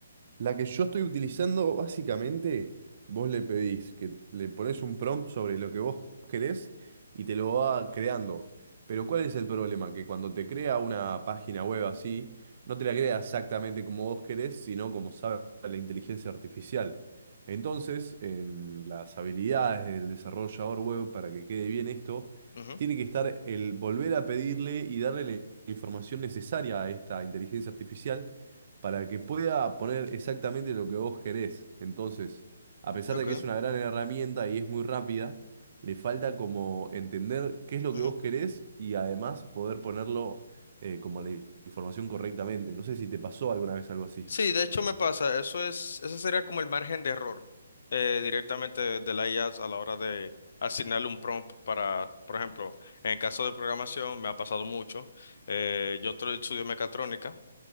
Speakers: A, on the right (about 40°); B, on the left (about 60°).
A: La que yo estoy utilizando, básicamente, vos le pedís que le pones un prompt sobre lo que vos querés y te lo va creando. Pero ¿cuál es el problema? Que cuando te crea una página web así, no te la crea exactamente como vos querés, sino como sabe la inteligencia artificial. Entonces, en las habilidades del desarrollador web, para que quede bien esto,
B: Ujú,
A: tiene que estar el volver a pedirle y darle la información necesaria a esta inteligencia artificial para que pueda poner exactamente lo que vos querés. Entonces, a pesar
B: Ok.
A: de que es una gran herramienta y es muy rápida, le falta como entender qué es lo
B: ujú.
A: que vos querés y además poder ponerlo eh, como la información correctamente. No sé si te pasó alguna vez algo así.
B: Sí, de hecho me pasa, eso es, ese sería como el margen de error eh, directamente de, de la IA a a la hora de asignarle un prompt para, por ejemplo, en el caso de programación me ha pasado mucho, eh, yo tra- estudio mecatrónica